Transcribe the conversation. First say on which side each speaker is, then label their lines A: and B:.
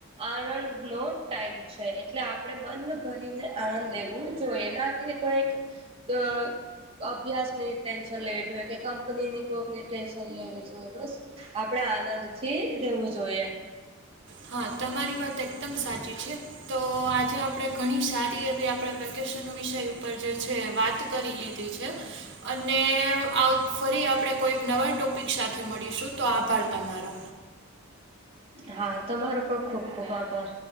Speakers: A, on the right (about 25°); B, on the right (about 55°).
A: આનંદનો ટાઈમ છે. એટલે આપણે મન ભરીને આનંદ લેવું જોઈએ ના કે કોઈક ક અભ્યાસની ટેન્શન લેવી જોઈએ કે કંપનીની કોકની ટેન્શન લેવી જોઈએ બસ આપણેે આનંદથી રહેેવું જોઈએ.
B: હા તમારી વાત એકદમ સાચી છે. તો આજે આપડે ઘણી સારી એવી આપણે વેકેશન વિષય ઉપર જે છે એ વાત કરી લીધી છે. અને આવત ફરી આપણે કોઈક નવા ટોપિક સાથે મળીશું તો આભાર તમારો.
A: હા તમારો પણ ખુબ ખુબ આભાર.